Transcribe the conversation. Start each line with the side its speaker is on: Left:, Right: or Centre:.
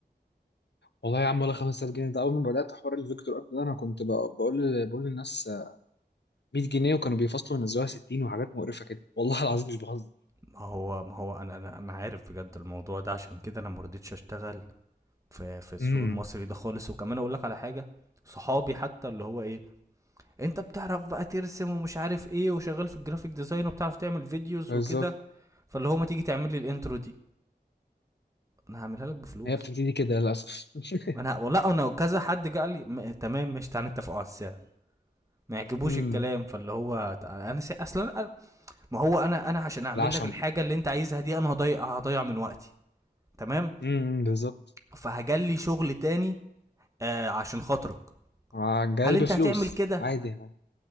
Left: والله يا عم ولا 5000 جنيه ده اول ما بدات حوار الفيكتور ارت ده انا كنت ب- بقول بقول للناس 100 جنيه وكانوا بيفصلوا ينزلوها 60 وحاجات مقرفة كده والله العظيم مش بهزر
Right: ما هو ما هو انا انا انا عارف بجد الموضوع ده عشان كده انا ما رضيتش اشتغل في في السوق
Left: امم
Right: المصري ده خالص وكمان اقول لك على حاجه صحابي حتى اللي هو ايه انت بتعرف بقى ترسم ومش عارف ايه وشغال في الجرافيك ديزاين وبتعرف تعمل فيديوز
Left: بالظبط
Right: وكده فاللي هو ما تيجي تعمل لي الانترو دي انا هعملها لك بفلوس
Left: هي بتبتدي كده للأسف <laughs>
Right: انا والله انا كذا حد جه قال لي م- تمام مش تعالى نتفقوا على السعر ما يعجبوش
Left: امم
Right: الكلام فاللي هو تع- انا سع- اصلا أنا- ما هو انا انا عشان اعمل
Left: العشم
Right: لك الحاجه اللي انت عايزها دي انا هضيع هضيع من وقتي تمام
Left: امم بالظبط
Right: فهجلي شغل تاني آه عشان خاطرك
Left: آه، جاي
Right: هل انت
Left: بفلوس
Right: هتعمل كده
Left: عادي يعني.